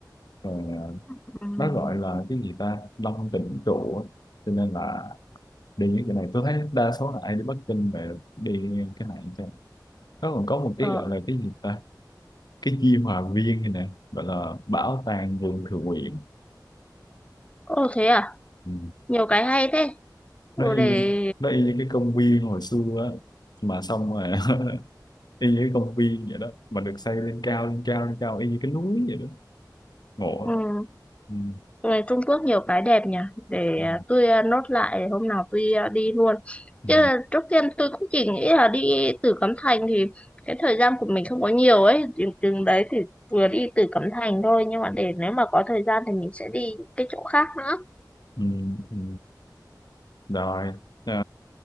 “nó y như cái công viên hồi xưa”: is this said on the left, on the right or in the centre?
Left